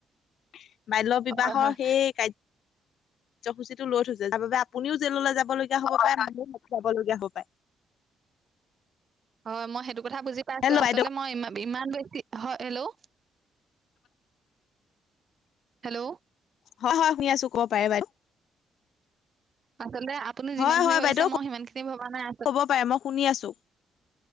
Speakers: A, on the left; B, on the right.
A: <unintelligible> বাল্য বিবাহৰ
B: হয় হয়
A: সেই কাৰ কাৰ্যসূচীটো লৈ থৈছে, যাৰ বাবে আপুনিও জেললৈ যাবলীয়া হব পাৰে, মানুও যাবলীয়া হব পাৰে।
B: হয়, মই সেইটো কথা বুজি পাইছো,
A: হেল্ল'
B: আচলতে
A: বাইদেউ
B: মই ই ইমান বেছি, হয়, হেল্ল' হেল্ল'।
A: হয়-হয়, শুনিছো কব পাৰে বাইদউ?
B: আচলতে আপুনি
A: হয়
B: যিমান খিনি
A: হয়
B: ভাবিছে,
A: বাইদেউ
B: মই সিমান খিনি ভবা নাই আচল
A: ক'ব পাৰে মই শুনি আছো।